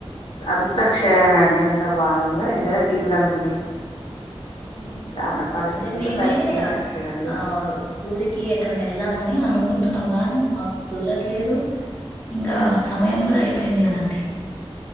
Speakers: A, on the left; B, on the left.
A: అంత క్షమే అండి అంత బాగానే ఉండందిగాని ఎండాలే తీవ్రంగా ఉన్నాయి
B: హ్మ్
A: చాలా పరిస్థితులు
B: అదే మేమే
A: బయటికి వెళ్ళేటట్లేదండి
B: ఆ ఊరికి ఎటన్న ఎళ్దామని అనుకుంటున్నాం గాని మాకు కుదరట్లేదు ఇంకా సమయం కూడా అయిపోయింది కదండి